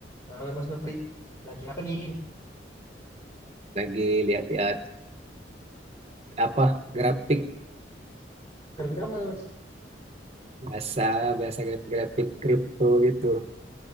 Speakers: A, on the left; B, on the right.
A: Halo Mas Nofri, lagi apa nih?
B: lagi lihat-lihat apa grafik
A: Kerja apa mas?
B: bahasa bahasa grafik kripto gitu.